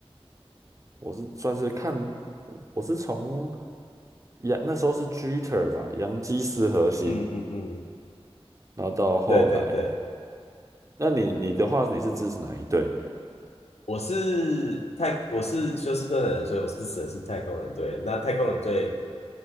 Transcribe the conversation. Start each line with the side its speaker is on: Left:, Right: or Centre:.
Right: 我是算是看我是从杨那时候是 Jeter 吧，洋基四核心，
Left: 嗯嗯嗯，
Right: 然后到后来，
Left: 对对对，
Right: 那你你的话，你是支持哪一队？
Left: 我是太我是休斯顿的人，所以我支持的是太空人队。那太空人队